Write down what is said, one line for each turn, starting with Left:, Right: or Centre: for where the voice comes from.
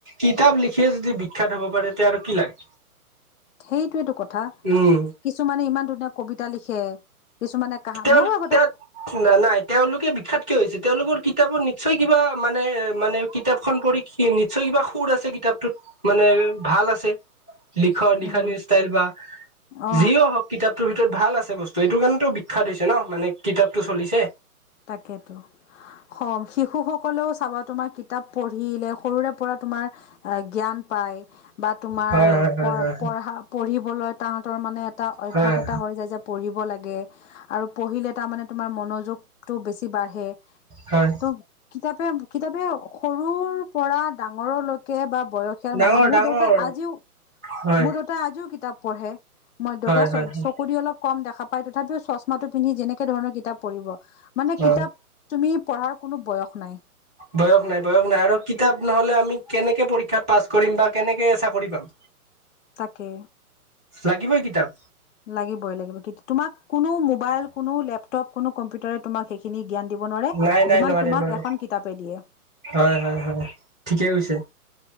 Centre: কিতাপ লিখিয়ে যদি বিখ্যাত হ'ব পাৰে তেতিয়া আৰু কি লাগে।
Left: সেইটোয়েটো কথা
Centre: উম
Left: কিছুমানে ইমান ধুনীয়া কবিতা লিখে। কিছুমানে কাহা
Centre: তেওঁ
Left: ময়ো আগতে
Centre: তেওঁ নাই তেওঁলোকে বিখ্যাত কিয় হৈছে তেওঁলোকৰ কিত কিতাপত নিশ্চয় কিবা মানে এ মানে কিতাপখন পঢ়ি নিশ্চয় কিবা সুৰ আছে কিতাপটোত মানে ভাল আছে। লিখন লিখনিৰ
Left: উম
Centre: ষ্টাইল বা
Left: অ
Centre: যিও হওক কিতাপটোৰ ভিতৰত ভাল আছে বস্তু এইটো কাৰণে টো বিখ্যাত হৈছে ন মানে কিতাপটো চলিছে।
Left: তাকেতো হম শিশু সকলেও চাবা তোমাৰ কিতাপ পঢ়িলে সৰুৰে পৰা তোমাৰ জ্ঞান পাই বা তোমাৰ
Centre: হয় হয় হয়
Left: প
Centre: হয়
Left: পঢা পঢ়িবলৈ তাহতৰ মানে এটা অভ্যাস
Centre: হয়
Left: এটা হৈ যায় যে পঢ়িব লাগে আৰু পঢ়িলে তাৰ মানে তোমাৰ মনোযোগ টো বেছি বাঢ়ে
Centre: হয়
Left: ত' কিতাপে কিতাপে সৰুৰ পৰা ডাঙৰলৈকে বা বয়সিয়াল
Centre: ডাঙৰ
Left: মানুহৰ মোৰ
Centre: ডাঙৰ
Left: দেউতাই আজিও
Centre: হয়
Left: মোৰ দেউতাই আজিও কিতাপ পঢ়ে। মই দেউতা
Centre: হয় হয় হয়
Left: চকু দি অলপ কম দেখা পায় তথাপিও চশমা টো পিন্ধি যেনে একে ধৰণৰ কিতাপ পঢ়িব মানে
Centre: অ
Left: কিতাপ তুমি পঢ়াৰ কোনো বয়স নাই।
Centre: বয়স নাই বয়স নাই আৰু কিতাপ নহলে আমি কেনেকে পৰীক্ষাত পাছ কৰিম বা কেনেকে চাকৰি পাম।
Left: তাকে
Centre: লাগিবই কিতাপ
Left: লাগিবই লাগিব তোমাক কোনো মোবাইল কোনো লেপটপ কোনো কম্পিউটাৰে তোমাক সেইখিনি জ্ঞান দিব নোৱাৰে
Centre: নাই নাই
Left: যিমান
Centre: নোৱাৰে
Left: তোমাক
Centre: নোৱাৰে
Left: এখন কিতাপে দিয়ে।
Centre: হয় হয় হয় ঠিকেই
Left: উম
Centre: কৈছে।